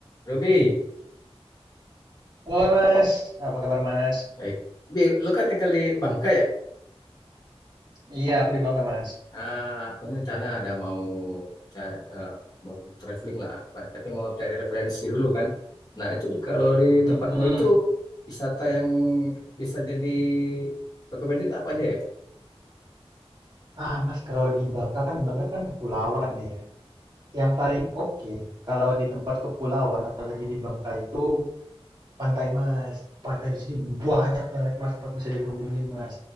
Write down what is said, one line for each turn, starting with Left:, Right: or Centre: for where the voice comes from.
Left: Robi,
Right: Halo Mas, apa kabar Mas?
Left: baik. Bi, lu kan tinggal di Bangka ya?
Right: Iya, aku di Bangka Mas.
Left: Ah, aku ini rencana ada mau ca- eh, mau traveling lah, tapi mau cari referensi dulu kan. Nah, itu di- kalau di
Right: Mm-mm.
Left: tempatmu itu wisata yang bisa jadi rekomendasi itu apa aja ya?
Right: Ah Mas, kalau di Bangka kan Bangka kan kepulauan nih ya. Yang paling oke kalau di tempat kepulauan, apalagi di Bangka itu pantai Mas. Pantai di sini banyak banget Mas buat bisa dikunjungin Mas.